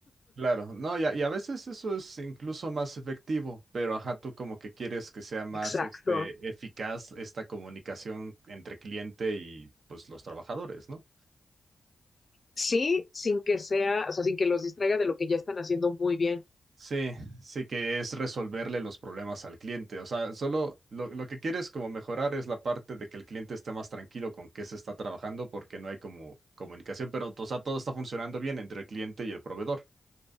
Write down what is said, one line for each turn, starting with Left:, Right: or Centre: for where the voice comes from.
Right: Claro, no, y a, y a veces eso es incluso más efectivo, pero ajá, tú como que quieres que sea más
Left: Exacto.
Right: este, eficaz esta comunicación entre cliente y pues los trabajadores, ¿no?
Left: Sí, sin que sea, o sea, sin que los distraiga de lo que ya están haciendo muy bien.
Right: Sí, sí que es resolverle los problemas al cliente. O sea, solo lo, lo que quieres como mejorar es la parte de que el cliente esté más tranquilo con qué se está trabajando porque no hay como comunicación, pero o sea, todo está funcionando bien entre el cliente y el proveedor.